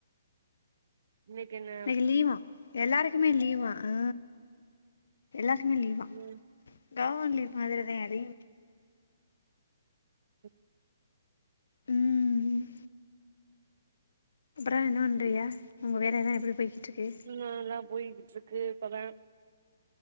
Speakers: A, on the right (about 55°); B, on the left (about 75°).
A: இன்னைக்கு என்ன
B: இன்னைக்கு லீவா எல்லாருக்குமே லீவா ஆ எல்லாத்துக்குமே லீவா
A: ம்
B: கவர்மெண்ட் லீவ் மாதிரிதா அதையு
A: ஓ
B: ம் அப்புறோ என்ன பண்றீங்க உங்க வேலையெல்லா எப்டி போய்கிட்ருக்கு
A: ம் நல்லா போயிட்டு இருக்கு இப்பதா